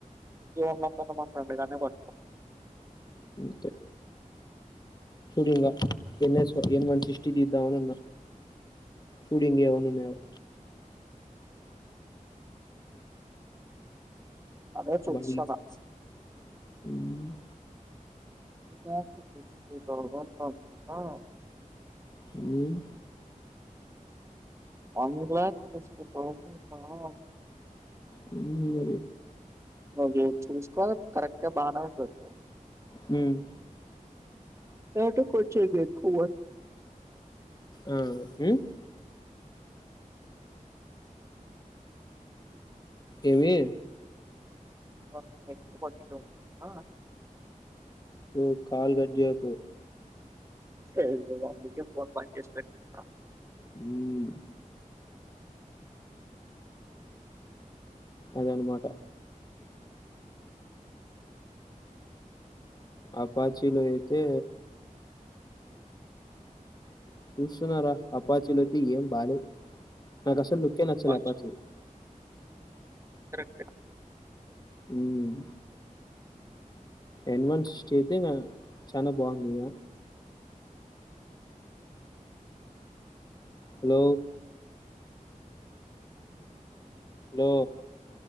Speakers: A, on the right; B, on the left.
A: ఏమ్ మాట్లాడుతన్నావు స్వామి రానే రా
B: ఇంకే చూడు ఇంగ N S N one sixty తీద్దామనీ అన్న చూడుఇంగ ఏమన్న ఉన్నాయేమో
A: అదే చూస్తున్నా
B: బ <unintelligible>
A: చ <unintelligible>
B: హ్మ్
A: వన్ లాక్ సిక్స్టీ తౌసెండ్ హా
B: హ్మ్
A: అయ్యో చూసుకో <unintelligible> కరెక్ట్ గా బాగానే ఉందిది
B: హ్మ్
A: ఫోటో కోచై నాకు
B: <inaudible> అ హ్మ్ ఏమి
A: <unintelligible>
B: ఓ కాల్ కట్ చెయ్యకు
A: స అందుకే ఫోన్ ప చేేస్ పెట్ <unintelligible>
B: హ్మ్ అద అన మాట అపాచీలో అయితే చూస్తున్నారా అపాచీలోకి ఏం బాలే నాకు అసల్ సాల్ నచ్చల
A: కావచ్చు
B: అపాచీ
A: కరెక్టే
B: హ్మ్ ఎన్ వన్ సిక్టీకి నా చాలా బంధి ఇగ హలో లో